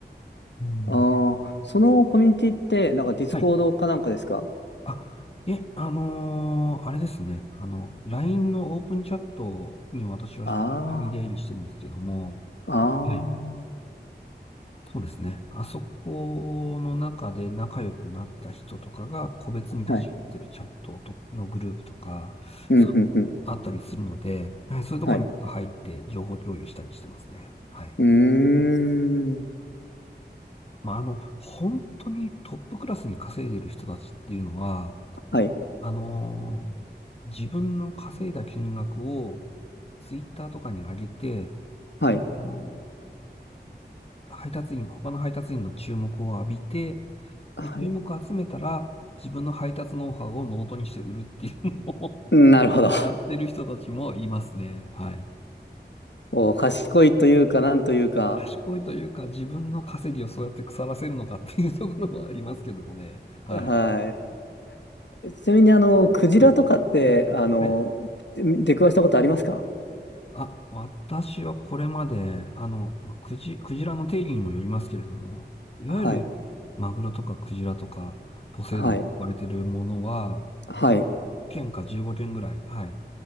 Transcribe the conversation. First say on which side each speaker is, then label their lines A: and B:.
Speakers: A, on the left (about 35°); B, on the left (about 80°).
A: うん。
B: あーそのコミュニティって、なんかディスコードかなんかですか
A: はいあ、いえ、あのーあれですね。あの、LINE のオープンチャットに私は頻繁に出入りしてるんですけども、
B: ああー、
A: はい。
B: ああ
A: そうですね。あそこの中で仲良くなった人とかが個別に立ち入ってるチャットとのグループとか、
B: ー。うん、
A: そう、
B: うん、うん。
A: あったりするので、はい、そういうところに入って情報共有したりしてますね。
B: はい。う
A: はい。
B: ーん。
A: まあ、あの、本当にトップクラスに稼いでる人たちっていうのは、
B: はい。
A: あのー自分の稼いだ金額をツイッターとかに上げて、
B: はい。
A: もう配達員、他の配達員の注目を浴びて、
B: はい。
A: で、注目を集めたら自分の配達ノウハウをノートにして売るっていうのを
B: なるほど。
A: <laughs>
B: <laughs>
A: やってる人たちもいますね。はい。
B: お、賢いというか、なんというか。
A: 賢いというか自分の稼ぎをそうやって腐らせるのかっていうところはありますけどもね。はい。
B: はい。ちなみに、あの、クジラとかって、
A: はい。
B: あの、
A: はい
B: 出くわしたことありますか
A: あ、私はこれまで、あの、まあ、クジ、クジラの定義にもよりますけれども、いわゆるマグロとかクジラとかポセイドンと呼ばれてるものは、
B: はい。はい。はい。
A: 1件か15件ぐらい、はい、